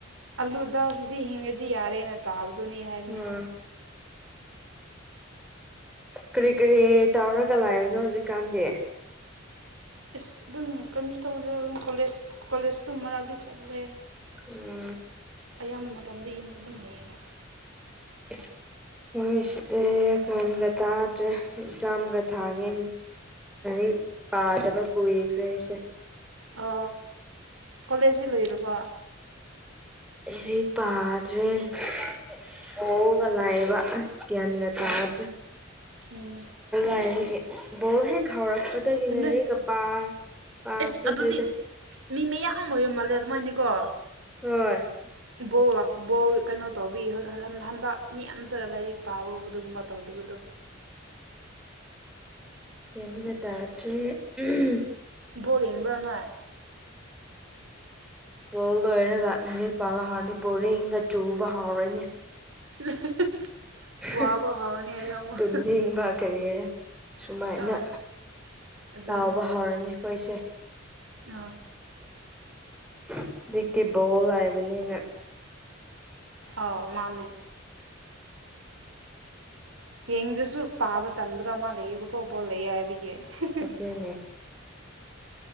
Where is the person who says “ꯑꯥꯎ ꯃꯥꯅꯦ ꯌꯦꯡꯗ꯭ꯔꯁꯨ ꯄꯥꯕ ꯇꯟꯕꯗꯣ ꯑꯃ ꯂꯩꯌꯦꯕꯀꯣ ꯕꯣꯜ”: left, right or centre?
Right